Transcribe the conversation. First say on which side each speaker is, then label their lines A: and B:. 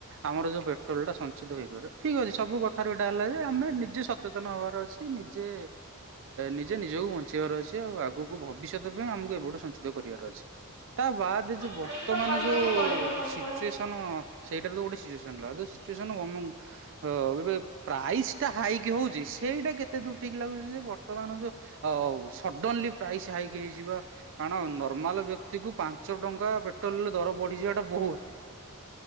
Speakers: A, on the right; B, on the right.
A: ଆମର ଯୋଉ ପେଟ୍ରୋଲ ଟା ସଞ୍ଚିତ ହେଇପାରିବ ଠିକ ଅଛି ସବୁ କଥାରୁ ଏଇଟା ହେଲା ଯେ ଆମେ ନିଜେ ସଚେତନ ହବାର ଅଛି। ନିଜେ ନିଜେ ନିଜକୁ ବଞ୍ଚେଇବାର ଅଛି। ଆଉ ଆଗକୁ ଭବିଷ୍ୟତ ପାଇଁ ଆମକୁ ଏବେଠୁ ସଞ୍ଚିତ କରିବାର ଅଛି। ତା ବାଦ ଯୋଉ ବର୍ତ୍ତମାନ
B: ସେଇଟା ତ କରିବାକୁ
A: ଯୋଉ
B: ପଡିବ ସବୁବେଳେ
A: ସିଚୁଏସନ ସେଇଟା ତ ଗୋଟେ ସିଚୁଏ ଜାଣିଲ। ଆଉ ଯୋଉ ସିଚୁଏସନ <inaudible> ଏ ପ୍ରାଇସ୍ ଟା ହାଇକି ହଉଛି ସେଇଟା କେତେ ଦୂର ଠିକ ଲାଗୁଛି ଯେ ବର୍ତ୍ତମାନ ଯୋଉ ସଡନ୍ଲି ପ୍ରାଇସ୍ ହାଇକ୍ ହେଇଯିବା କାରଣ ନର୍ମାଲ ବ୍ୟକ୍ତି କୁ ପାଞ୍ଚ ଟଙ୍କାରେ ପେଟ୍ରୋଲ ଦର ବଢିଯିବାଟା ବୋହୁତ।